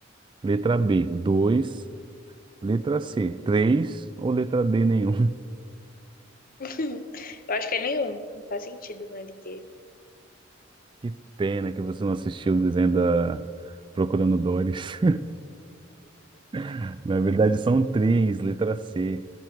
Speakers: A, on the right; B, on the left.
A: Letra B, dois. Letra C, três ou letra D, nenhum? <laughs>
B: <laughs> Eu acho que é nenhum. Não faz sentido, né, ele ter.
A: Que pena que você não assistiu o desenho da Procurando Doris. <laughs> Na verdade, são três, letra C.